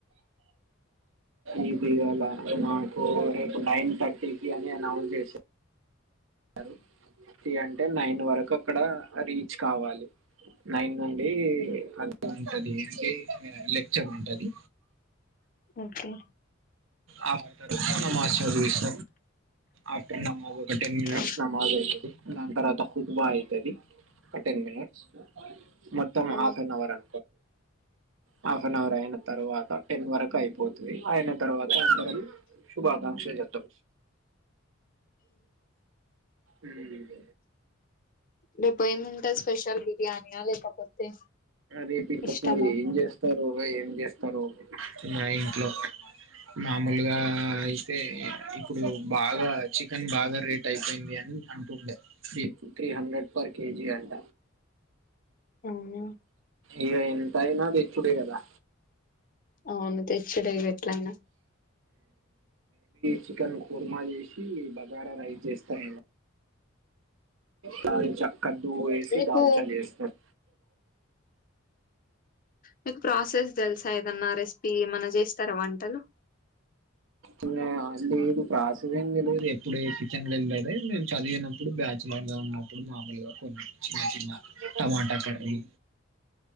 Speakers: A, on the right (about 70°); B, on the left (about 45°).
A: ఈద్గా మాకు రేపు నైన్ థర్టీకిి అని విష సారు అంటే నైన్ వరకు అక్కడ ర కావాలి నైన్ నుండి అ ఉంటది అంటే లెక్చర్ ఉంటది
B: ఓకే
A: ఆ పతారు నమ్స్ చదు ఇష్ట ఆఫ్టర్ నమ్ టెన్ మట్స్
B: ఆహా.
A: నజ అదు నంతర కుతుబా అయితది టెన్ మనిట్స్ మొత్తం
B: um.
A: half An hour a half an hour అయిన తర్వాత టెన్ వరకు అయిపోతుంది ఆయన తరవాత్ ఏ అందరం శుభాకాంక్షల్ జప్ మ్మ్ లేద్
B: రేపు ఏముంటది స్పెషల్ బిర్యాని యా లేకపోతే
A: రేపు ఇంకా
B: ఇష్టమా
A: మరి ఏం చేస్తారు ఏం చేస్తారు నా ఇంట్లో మామూలుగా అయితే ఇప్పుడు బాగా చికన్ బాగా రేట్ అయిపోయింది అని అంటుండే three three hundred per KG అంట
B: అవునా
A: ఇగ ఎంతయినా తెచ్చుడే గదా
B: అవును తెచ్చుడే గేట్లైనా
A: చికన్ కుర్మా చేేసి బగారా రైస్ జేస్తా మల్ల దాల్చా కద్దూ ఏసి
B: మీకు
A: దాల్చల్ ఏస్తర్
B: మీకు ప్రాసెస్ తెల్సా ఏదన్నా రెసిపీ ఏమన్నా జేస్తారా వంటలు
A: ఇంగ లేదు ప్రాసెస్ ఏం తెలీదు ఎప్పుడే కిచెన్ లో ఎల్లలేదా నేను చదివినప్పుడు బ్యాచులర్ గా ఉన్నప్పుడు మామూలుగా కొన్ని చిన్న చిన్న టమాటా కర్రీ